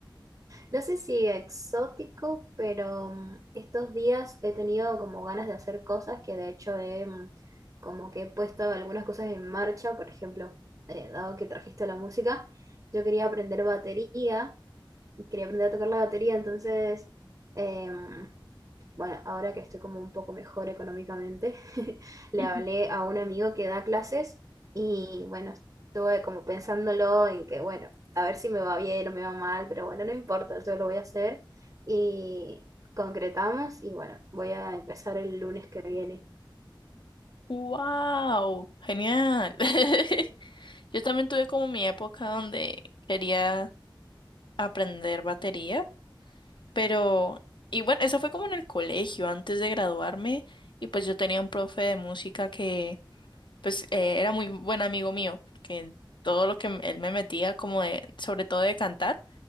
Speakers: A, on the right; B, on the left.
A: No sé si exótico, pero mm, estos días he tenido como ganas de hacer cosas que de hecho he mm, como que he puesto algunas cosas en marcha, por ejemplo, eh, dado que trajiste la música, yo quería aprender batería, quería aprender a tocar la batería, entonces em, bueno, ahora que estoy como un poco mejor económicamente, <laughs> le
B: Ujú.
A: hablé a un amigo que da clases y bueno, estuve como pensándolo en que, bueno, a ver si me va bien o me va mal, pero bueno, no importa, yo lo voy a hacer y concretamos y bueno, voy a empezar el lunes que viene.
B: ¡Wow! Genial. <laughs> Yo también tuve como mi época donde quería aprender batería, pero, y bueno, eso fue como en el colegio, antes de graduarme, y pues yo tenía un profe de música que, pues, eh, era muy buen amigo mío, porque todo lo que m- él me metía, como de, sobre todo de cantar,